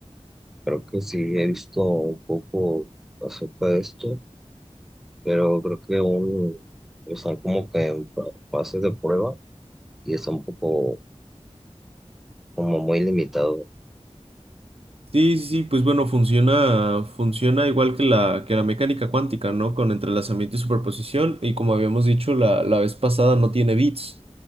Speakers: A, in the centre; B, on the right.
A: Creo que sí he visto un poco acerca de esto, pero creo que aún están como que en fa- fases de prueba y está un poco como muy limitado.
B: Sí, sí, sí, pues bueno, funciona, funciona igual que la, que la mecánica cuántica, ¿no? Con entrelazamiento y superposición, y como habíamos dicho la, la vez pasada, no tiene bits,